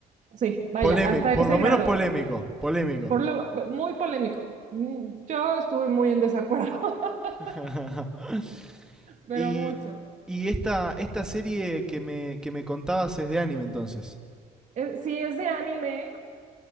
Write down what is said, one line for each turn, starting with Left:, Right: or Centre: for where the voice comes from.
Right: sí, vaya,
Centre: Polémico,
Right: hasta ese
Centre: por lo
Right: grado.
Centre: menos polémico, polémico.
Right: Por lo, muy polémico. Mm, Yo estuve muy en desacuerdo, <laughs>
Centre: <laughs>
Right: pero
Centre: y
Right: mucho.
Centre: y esta, esta serie que me, que me contabas es de anime entonces.
Right: Eh, sí, es de anime